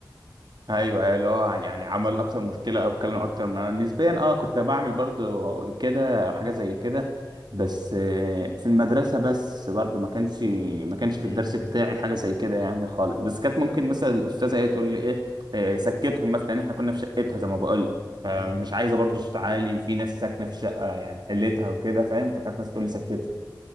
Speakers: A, on the right (about 70°); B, on the left (about 60°).
A: ايوه ايوه اللي هو يعني عمل اكتر مشكله او اتكلم اكتر من نسبيا اه كنت بعمل برضو كده حاجه زي كده بس آه، في المدرسه بس برضو ما كانش ما كانش في
B: م-
A: الدرس
B: م.
A: بتاعي حاجه زي كده يعني خالص بس كانت ممكن مثلا الاستاذه ايه تقول لي ايه آه، سكتهم مثلا لان احنا كنا في شقتها زي ما بقول فمش
B: امم
A: عايزه برضو صوت عالي وفي ناس ساكنه في الشقه يعني حلتها وكده فاهم فكانت مثلا تقول
B: امم
A: لي سكتهم